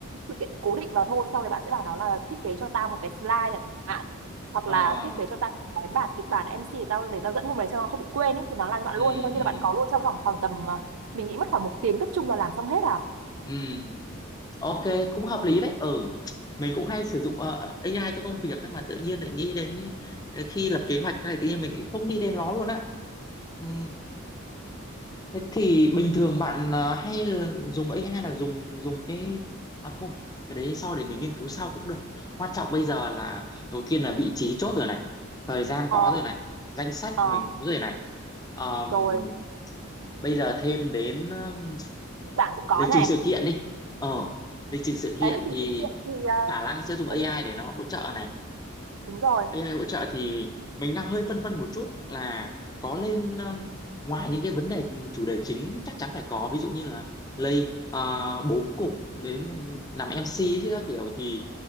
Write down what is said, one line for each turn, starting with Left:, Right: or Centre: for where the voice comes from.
Right: sự kiện cố định vào thôi sau đấy bạn sẽ bảo nó là thiết kế cho tao một cái slide chẳng hạn hoặc
Left: ờ
Right: là thiết kế cho tao một cái bản kịch bản MC để tao để tao dẫn hôm đấy cho nó không bị quên ấy thì nó làm cho bạn
Left: ừ
Right: luôn thì coi như
Left: ừ
Right: là bạn có luôn trong vòng khoảng tầm ờ, mình nghĩ mất khoảng một tiếng cấp trung là làm xong hết à
Left: ừ ok cũng hợp lý đấy ừ mình cũng hay sử dụng ờ, AI cho công việc nhưng mà tự nhiên lại nghĩ đến khi lập kế hoạch cái này tự nhiên mình lại không nghĩ đến nó luôn á ừ Thế thì bình thường bạn ờ, hay là dùng AI là dùng dùng cái à thôi cái đấy sau để mình nghiên cứu sau cũng được quan trọng bây giờ là đầu tiên là vị trí chốt rồi này thời gian
Right: ờ
Left: có rồi này danh sách
Right: ờ
Left: mình có rồi này Ờm,
Right: rồi
Left: bây giờ thêm đến ừm,
Right: kịch bản cũng có
Left: lịch
Right: này
Left: trình sự kiện đi ờ lịch trình sự kiện
Right: đấy là trình
Left: thì
Right: sự kiện thì ờ,
Left: khả năng sẽ dùng
Right: đấy
Left: AI để nó hỗ trợ này
Right: đúng rồi
Left: AI hỗ trợ thì mình đang hơi phân vân một chút là có lên um, ngoài những cái vấn đề chủ đề chính chắc chắn phải có ví dụ như là lay ờ, bố cục đến làm MC ấy chứ các kiểu thì